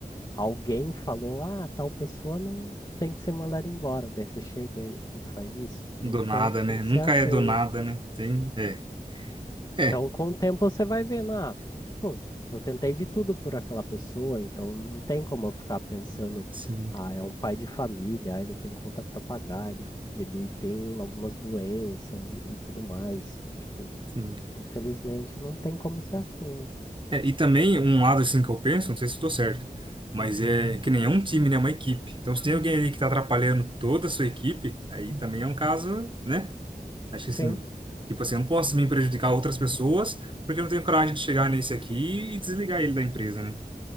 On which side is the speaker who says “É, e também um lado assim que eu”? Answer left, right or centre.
Right